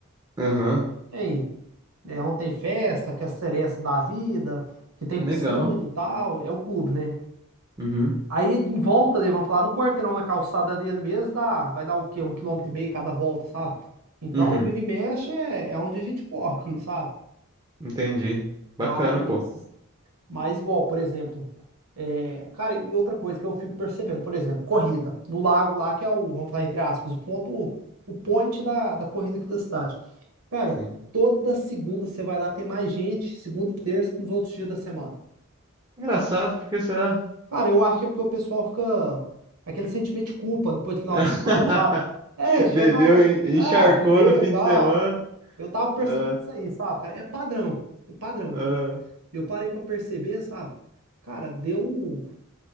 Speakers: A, on the right; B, on the right.
A: Aham.
B: Ei, é onde tem festa, que é a seresta da vida, que tem piscina
A: Legal.
B: e tal, é o clube, né?
A: Uhum.
B: Aí em volta dele, vamos falar, no quarteirão, na calçada dele mesmo, dá, vai dar o quê? Um quilômetro e meio cada volta, sabe? Então,
A: Uhum.
B: vira e mexe é, é onde a gente corre, aqui, sabe?
A: Entendi. Bacana,
B: Mas
A: pô.
B: mas igual, por exemplo, é, cara, e outra coisa que eu fico percebendo, por exemplo, corrida no lago lá, que é o, vamos falar entre aspas, o ponto, o point da, da corrida aqui da cidade. Cara,
A: Sim.
B: toda segunda você vai lá, tem mais gente, segunda e terça que nos outros dias da semana.
A: Engraçado, porque será?
B: Cara, eu acho que é porque o pessoal fica aquele sentimento de culpa depois do final
A: <laughs>
B: de semana, sabe? É, esse
A: Bebeu,
B: eu tava,
A: en-
B: ah,
A: encharcou
B: bebeu
A: no fim
B: e tal.
A: de semana.
B: Eu tava percebendo
A: Ah,
B: isso aí, sabe, cara? É padrão, é padrão.
A: ah.
B: Eu, eu parei pra perceber, sabe? Cara, deu.